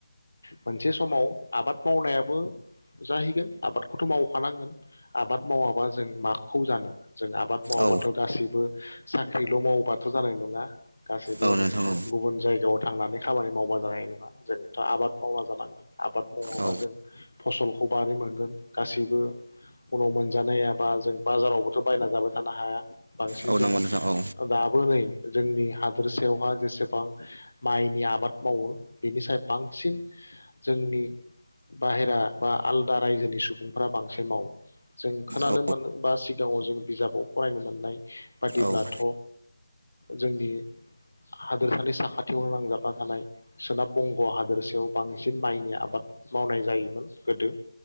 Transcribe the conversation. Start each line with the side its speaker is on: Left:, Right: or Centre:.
Left: मोनसे समाव आबाद मावनायाबो जाहैगोन। आबादखौथ' मावखानांगोन आबाद मावाबा जों माखौ जानो जों आबाद मावाबाथ'
Right: औ
Left: गासैबो साख्रिल' मावोबाथ' जानाय नङा गासैबो
Right: औ नोंथां
Left: गुबुन
Right: औ
Left: जायगायाव थांनानै खामानि मावबा जानाय नङा। जोंथ' आबाद मावना जानांगोन आबाद मावाबा
Right: औ
Left: जों फसलखौ मारै मोनगोन गासैबो उनाव मोनजानायाबा जों बाजारावबोथ' बायना जाबाय थानो हाया। बांसिन
Right: औ
Left: जों
Right: नंगौ नोंथां औ
Left: दाबो नै जोंनि हादोरसायावहाय जेसेबां माइनि आबाद मावो बेनिसाय बांसिन जोंनि बाहेरा बा आलदा रायजोनि सुबुंफोरा बांसिन मावो। जों खोनानो
Right: औ
Left: मोनो बा सिगाङाव जों बिजाबाव फरायनो मोननाय बादिब्लाथ'
Right: मोननाय
Left: जोंनि हादोरसानि साखाथियावनो नांजाबना थानाय सोनाब बंग हादोरसायाव बांसिन माइनि आबाद मावनाय जायोमोन। गोदो